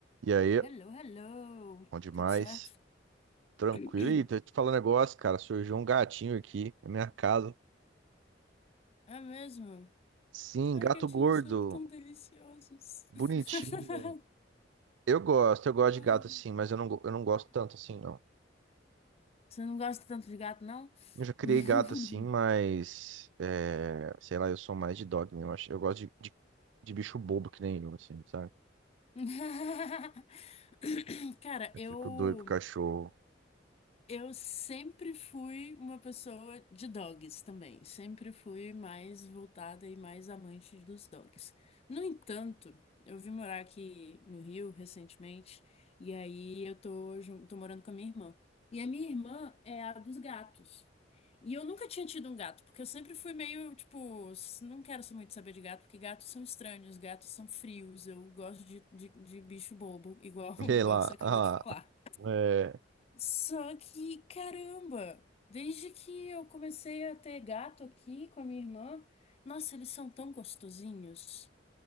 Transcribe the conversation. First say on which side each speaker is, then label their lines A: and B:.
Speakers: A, on the right; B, on the left.
A: E aí,
B: Hello, hello!
A: bom demais.
B: Tudo certo?
A: Tranquilo.
B: <clears throat>
A: Ih, tô te falando um negócio, cara. Surgiu um gatinho aqui na minha casa.
B: É mesmo?
A: Sim,
B: Ai,
A: gato
B: gatinhos
A: gordo.
B: são tão deliciosos.
A: Bonitinho.
B: <laughs>
A: Eu gosto, eu gosto
B: Ai.
A: de gato assim, mas eu não, go- eu não gosto tanto assim, não.
B: Você não gosta tanto de gato, não?
A: Eu já criei
B: <clears throat>
A: gato assim, mas. é, sei lá, eu sou mais de dog mesmo. Eu acho- eu gosto de, de, de bicho bobo que nem eu, assim, sabe?
B: <laughs> Cara,
A: Eu
B: eu.
A: fico doido pro cachorro.
B: Eu sempre fui uma pessoa de dogs também. Sempre fui mais voltada e mais amante dos dogs. No entanto, eu vim morar aqui no Rio recentemente e aí eu tô, jun- tô morando com a minha irmã. E a minha irmã é a dos gatos. E eu nunca tinha tido um gato, porque eu sempre fui meio, tipo, s- não quero só muito saber de gato, porque gatos são estranhos, gatos são frios, eu gosto de, de, de bicho bobo, igual,
A: <laughs>
B: <laughs> igual
A: Sei lá.
B: você acabou
A: Ah,
B: de falar.
A: é,
B: Só que, caramba, desde que eu comecei a ter gato aqui com a minha irmã, nossa, eles são tão gostosinhos.